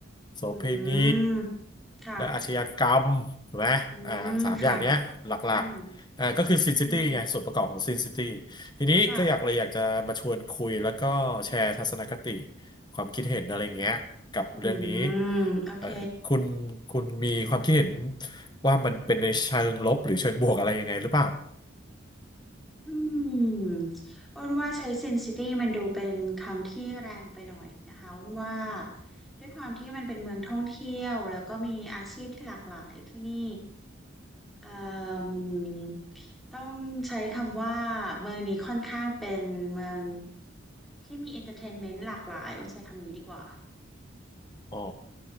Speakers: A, on the left; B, in the centre.
A: โสเภณี
B: อืมค่ะ
A: และอาชญากรรมถูกไหมอ่าสามอย่างเนี้ยหลักๆอ่าก็คือซินซิตี้ไงส่วนประกอบของซินซิตี้
B: อืมค่ะอืมอืม
A: ทีนี้ก็อยากเลยอยากจะมาชวนคุยแล้วก็แชร์ทัศนคติ
B: ค่ะ
A: ความคิดเห็นอะไรเงี้ยกับเรื่องนี้
B: อืมโอเค
A: เอ่อคุณคุณมีความคิดเห็นว่ามันเป็นในเชิงลบหรือเชิงบวกอะไรยังไงหรือเปล่า
B: อืมอ้นว่าใช้ Sin-City มันดูเป็นคำที่แรงไปหน่อยนะคะอ้นว่าด้วยความที่มันเป็นเมืองท่องเที่ยวแล้วก็มีอาชีพที่หลากหลายที่นี่ อมต้องใช้คำว่าเมืองนี้ค่อนข้างเป็นเมืองที่มีเอนเตอร์เทนเมนต์หลากหลายต้องใช้คำนี้ดีกว่า
A: อ๋อ